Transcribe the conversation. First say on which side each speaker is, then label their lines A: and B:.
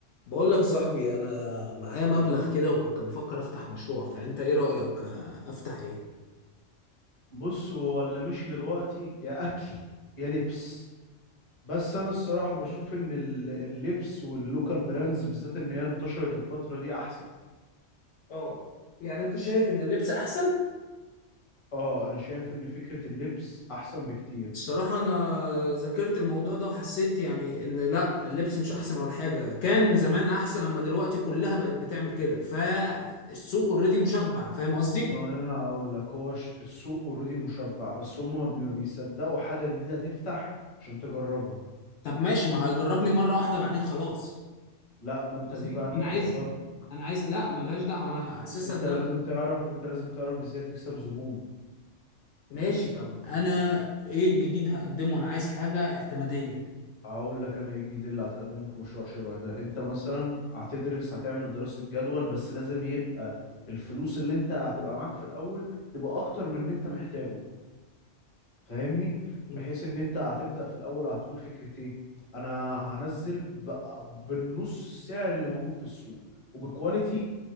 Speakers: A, on the left (about 70°); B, on the left (about 30°).
A: بقول لك يا صاحبي انا معايا مبلغ كده وكنت بفكر افتح مشروع فانت ايه رأيك آه، افتح ايه
B: بص هو اللي ماشي دلوقتي يا اكل يا لبس بس انا الصراحه بشوف ان ال- اللبس واللوكال براندز بالذات ان هي انتشرت الفتره دي احسن
A: اه يعني انت شايف ان اللبس احسن
B: اه انا شايف ان فكره اللبس احسن بكتير
A: الصراحة انا ذاكرت الموضوع ده وحسيت يعني ان لا اللبس مش احسن ولا حاجة كان زمان احسن اما دلوقتي كلها بقت بتعمل كده فالسوق اوريدي مشبع فاهم قصدي
B: ما انا هقول لك هو ش- السوق اوريدي مشبع بس هم ما بي- ما بيصدقوا حاجه جديده تفتح عشان تجربها
A: طب ماشي ما هيجربني مرة واحدة بعدين خلاص
B: لا ما
A: فاهم
B: انت
A: قصدي
B: دي بقى انت
A: انا
B: وشطارتك
A: عايز انا عايز لا ملهاش دعوة انا حاسسها
B: انت
A: ان
B: لازم تعرف انت لازم تعرف ازاي تكسب زبون
A: ماشي طب انا ايه الجديد هقدمه انا عايز حاجه اعتماديه
B: هقول لك انا ايه الجديد اللي هتقدمه في مشروع شبه ده انت مثلا هتدرس هتعمل دراسة جدول بس لازم يبقى الفلوس اللي انت هتبقى معاك في الاول تبقى اكتر من اللي انت محتاجه فاهمني
A: مم.
B: بحيث ان انت هتبدأ في الاول هتقول فكرتين انا هنزل ب- بالنص السعر اللي موجود في السوق وبكواليتي